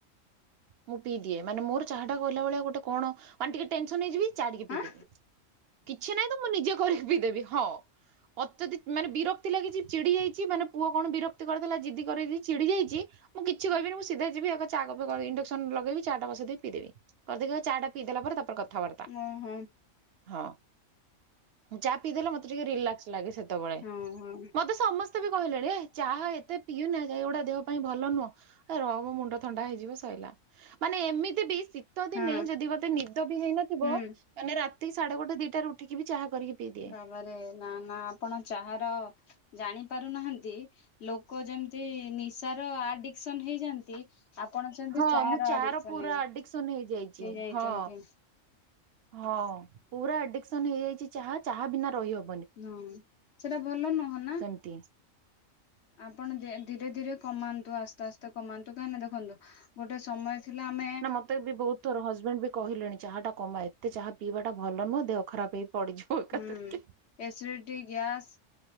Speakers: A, on the right; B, on the left.
A: ମୁଁ ପିଇ ଦିଏ ମାନ ମୋର ଚାହା ଟା କଲା ଭଳିଆ ଗୋଟେ କଣ ମାନ ଟିକେ ଟେନସନ ହେଇଯିବି। ଚାଡିକି ପିଇଦେବି।
B: ଆଁ
A: କିଛି ନହିଁ ତ ମୁଁ ନିଜେ କରିକି ପିଇଦେବି ହଁ। ଅତ୍ୟଧ ମାନେ ବିରକ୍ତି ଲାଗିଛି ଚିଛିଡି ଯାଇଛି। ମାନେ ପୁଅ କଣ ବିରକ୍ତି କରିଦେଲା ଜିଦି କରି ଚିଡି ଯାଇଛି। ମୁଁ କିଛି କିବିନି। ମୁଁ ସିଧା ଯିବି ଏକ ଚା କପେ ଇଣ୍ଡକ୍ସନ ଲଗେଇବି। ଚାଟା ବସେଇ ଦେଇ ପିଇଦେବି। କରିିଦେଇ ଚାଟା ପିଇଦଲା ପରେ ତାପରେ କଥାବାର୍ତ୍ତା।
B: ଓହୋ
A: ହଁ। ଚା ପିଇଦେଲେ ମତେ ଟିକେ ରିଲାକ୍ସ ଲାଗେ ସେତେବେଳେ।
B: ହଁ ହଁ
A: ମତେ ସମସ୍ତେ ବି କହିଲେଣି ଏ ଚାହା ଏତେ ପିଉନା ଏଗୁଡା ଦେହ ପାଇଁ ଭଲ ନୁହଁ। ଏ ରହ ମୋ ମୁଣ୍ଡ ଥଣ୍ଡା ହେଇଯିବ ସଇଲା। ମାନେ ଏମିତି ବି ଶୀତ ଦିନେ
B: ହଁ ହଁ
A: ଯଦି ମତେ ନିଦ ବି ହେଇନଥିବ
B: ହୁଁ
A: ମାନେ ରାତି ସାଢେ ଗୋଟେ ଦିଟାରେ ଉଠିକି ବି ଚାହା କରିକି ପିଇଦିଏ।
B: ବାବା ରେ ନା ନା ଆପଣ ଚାହାର ଜାଣି ପାରୁନାହାନ୍ତି ଲୋକ ଯେମିତି ନିଶାର ଆଡିକସନ ହେଇଯାନ୍ତି ଆପଣ ସେମତି
A: ହଁ
B: ଚା
A: ମୁଁ
B: ର
A: ଚାହା
B: ଆଡିକ୍ସନ
A: ପୁରା
B: ହେଇ
A: ଆଡିକ୍ସନ ହେଇଯାଇଛି
B: ଯାଇଛନ୍ତି।
A: ହଁ। ହଁ ପୁରା ଆଡିକସନ ହେଇଯାଇଛି ଚାହା। ଚାହା ବିନା ରହିହବ
B: ହଁ ସେଟା ଭଲ ନୁହ ନା।
A: ସେମତି।
B: ଆପଣ ଯେ ଧୀରେ ଧୀରେ କମାନ୍ତୁ ଆସ୍ତେ ଆସ୍ତେ କମାନ୍ତୁ। କାହିଁକି ନା ଦେଖନ୍ତୁ ଗୋଟେ ସମୟ ଥିଲା ଆମେ
A: ନା ମତେ ବି ବହୁତ ଥର ହଜବେଣ୍ଡ ବି କହିଲେଣି ଚାହା ଟା କମା ଏତେ ଚାହା ପିଇବାଟା ଭଲ ନୁହଁ ଦେହ ଖରାପ ହେଇ ପଡିଯିବ ଏକାଥରକେ।
B: ହୁଁ। ଏସିଡିଟି, ଗ୍ୟାସ